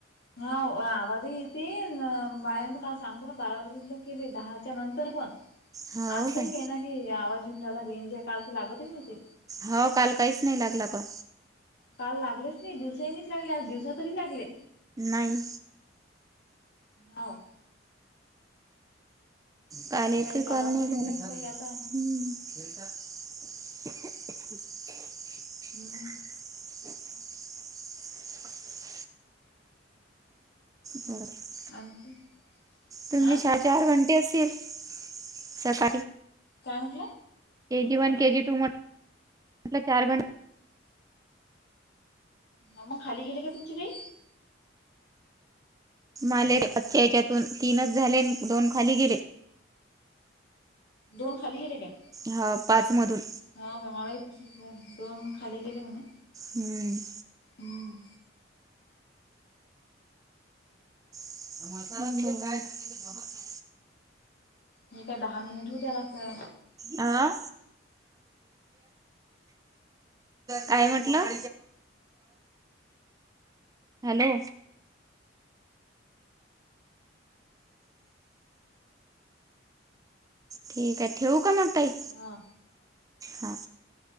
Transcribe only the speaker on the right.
हाव
काय?
हो काल काहीच नाही लागला का?
नाही.
काल एकही
कॉल
नाही
झाला,
हम्म. <unintelligible> <unintelligible>
<inaudible> झालं का?
तुमची
चार <unintelligible> असेल सकाळी.
केजी वन, केजी टू <unintelligible> चार घन
मालेर आजच्या याच्यातून तीनच झाले आन दोन खाली गेले.
हो, पाच मधून.
हम्म.
<unintelligible>
आ. काय म्हटलं? हॅलो. ठीक आहे, ठेव का मग ताई?
हा.